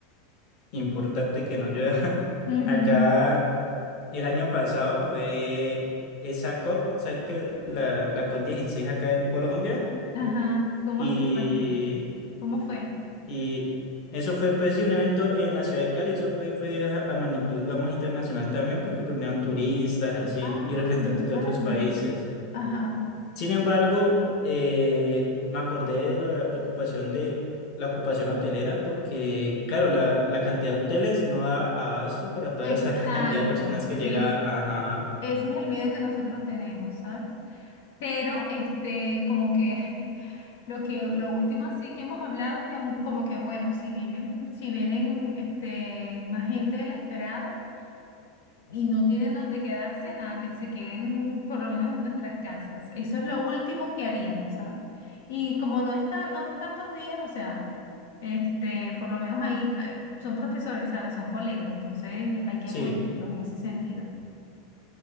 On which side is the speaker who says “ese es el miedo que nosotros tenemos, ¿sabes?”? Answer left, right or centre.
Left